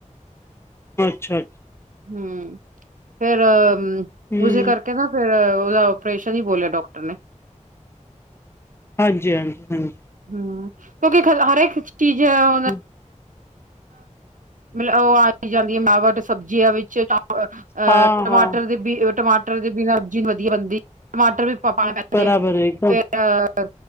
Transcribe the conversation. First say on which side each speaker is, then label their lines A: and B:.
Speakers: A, on the left; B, on the right.
A: ਅੱਛਾ-ਅੱਛਾ,
B: ਹੂੰ ਫੇਰ
A: ਹੂੰ
B: ਉਸੇ ਕਰਕੇ ਨਾ ਫੇਰ ਉਹਦਾ ਔਪਰੇਸ਼ਨ ਹੀ ਬੋਲਿਆ ਡਾਕਟਰ ਨੇ
A: ਹਾਂਜੀ-ਹਾਂਜੀ-ਹਾਂਜੀ,
B: ਹੂੰ ਕਿਉਂਕਿ ਹਰ ਇੱਕ ਚੀਜ਼ ਉਹ
A: ਹੂੰ
B: ਮ ਉਹ ਆਈ ਜਾਂਦੀ ਮਿਲਾਵਟ ਸਬਜ਼ੀਆਂ ਵਿੱਚ ਅਹ
A: ਹਾਂ
B: ਟਮਾਟਰ
A: ਹਾਂ
B: ਦੇ ਬੀ ਟਮਾਟਰ ਦੇ ਬਿਨਾਂ ਵੀ ਸਬਜ਼ੀ ਬਣਦੀ ਟਮਾਟਰ ਵੀ ਪਾ ਪਾਣਾ ਪੈਂਦੇ
A: ਬਰਾਬਰ ਹੈ ਇੱਕਦਮ
B: ਫੇਰ ਅਹ